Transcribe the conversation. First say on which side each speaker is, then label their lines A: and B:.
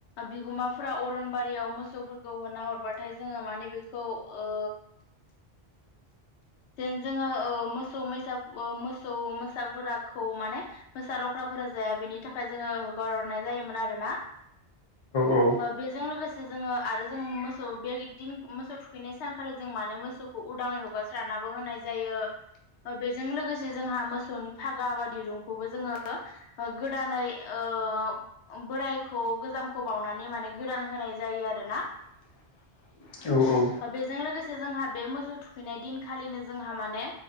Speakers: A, on the left (about 90°); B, on the left (about 45°).
A: बिगोमाफोरा अरनबारि रिआव मोसौफोरखौ होना हरबाथाय जोङो माने बेखौ ओ जेन जोङो ओ मोसौ मोसा मोसौ मोसाफोराखौ माने मोसा लख्रा फोरा जाया बेनि थाखाय जोङो होगारहरनाय जायोमोन आरोना
B: औ
A: बेजों लोगोसे जोङो आरो जों मोसौ बे दिन मोसौ थुखैनाय सानखालि जों माने मोसौखौ उदाङै हगार स्रानाबो होनाय जायो। बेजों लोगोसे जोंहा मोसौनि फागा बा दिरुंखौबो जोङो गोदानै ओ ओ बोरायखौ गोजामखौ बावनानै माने गोदान होनाय जायो आरोना।
B: <unintelligible> औ औ
A: बेजों लोगोसे जोंहा बे मोसौ थुखैनाय दिन खालिनो जोंहा माने